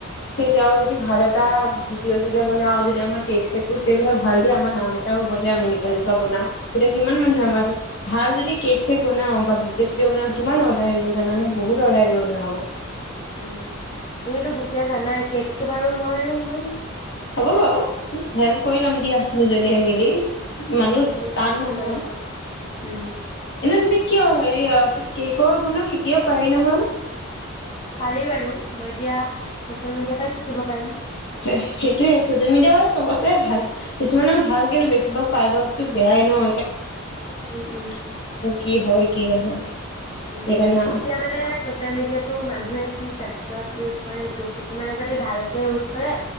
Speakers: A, on the left; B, on the left.
A: সেই তেওঁ যদি ভাল এটা ভিডিঅ চিদিও বনাই আৰু যদি আমাৰ কেক ছেক বোৰ ছেল হয় ভাল দিয়া আমাৰ নাম এটাও হব দিয়া আমি এনেকুৱা এনেকুৱা বনাওঁ। তেতিয়া কিমান মানুহে আমাৰ উচৰত, ভাল যদি কেক চেক বনাও বা বোকে চুকে বনাও কিমান অৰ্ডাৰ আহিব জাননে? বহুত অৰ্ডাৰ আহিব কিন্তু আমাৰ।
B: উম, তুমিটো বোকে জানাই। কেকটো বাৰু মই ম
A: হ'ব বাৰু, হেল্প কৰি ল'ম দিয়া। দুজনীয়ে মিলি, মানুহ,
B: মিলি জুলি
A: টান নহয়।
B: কৰিব লাগিব উম
A: এনে তুমি কিয়? হেৰি অ, কেকৰ গুণো শিকিব পাৰি নহয়।
B: পাৰি বাৰু, মই এতিয়া চচিয়েল মিডিয়াৰ পাই শিকিব পাৰিম।
A: সে সেইটোয়ে। চচিয়েল মিডিয়া চবতে ভাল। কিছুমানে ভাল কিন্তু বেছিভাগ প্ৰায়ভাগতো বেয়াই নহ।
B: উম উম,
A: কি হয় কি নহয়
B: উম।
A: সেইকাৰণে
B: এতিয়া মানে চচিয়েল মিডিয়াটো মানুহে কি ক্ষেত্ৰ কোৱাত ইউছ কৰে সেইটো। কিছুমানে যদি ভালকে ইউজ কৰে,